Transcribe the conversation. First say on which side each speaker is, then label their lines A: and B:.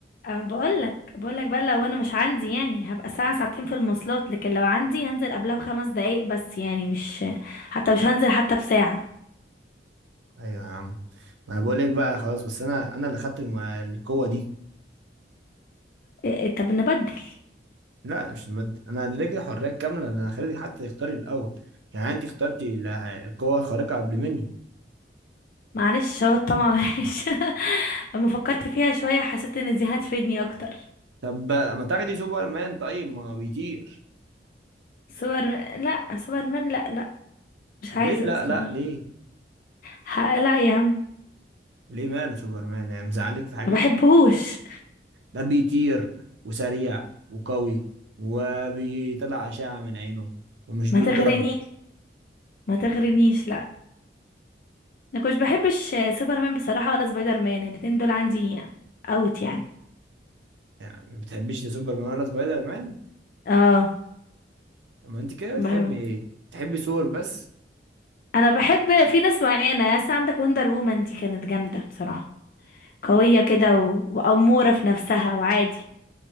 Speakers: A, on the left; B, on the right.
A: انا بقولك بقولك بقى لو انا مش عندي يعني هبقى ساعة ساعتين في المواصلات لكن لو عندي هنزل قبلها بخمس دقايق بس يعني مش حتى مش هنزل حتى بساعة
B: ايوه يا عم ما انا بقول لك بقى خلاص بس انا انا اللي خدت الم- القوة دي
A: إيه إيه، طب نبدل
B: لا مش المادة انا اديتك الحرية الكاملة ده انا خليتك حتى تختاري الاول يعني انت اخترتي ال- القوة الخارقة قبل مني
A: معلش هو الطمع وحش <laughs> اما فكرت فيها شوية حسيت ان دي هتفيدني اكتر
B: طب ما تاخدي سوبرمان طيب ما بيطير
A: سوبر لا سوبر مان لا لا مش
B: ليه
A: عايزة
B: لا
A: أسمع.
B: لا ليه
A: ح- لا يا عم
B: ليه ماله سوبرمان يعني مزعلك في حاجة
A: ما بحبهوش
B: ده بيطير وسريع وقوي وبيطلع أشعة من عينه ومش بيتضرب
A: ما تغرنيش ما تغرنيش لا انا كنتش بحبش سوبرمان بصراحة ولا سبايدر مان الاتنين دول عندي اوت يعني
B: يعني ما بتحبيش لا سوبرمان ولا سبايدر مان
A: اه
B: ما انت كده
A: بحب
B: بتحبي ايه بتحبي ثور بس
A: انا بحب في ناس معينة ناس عندك وندر وومن دي كانت جامدة بصراحة قوية كده و... وأمورة في نفسها وعادي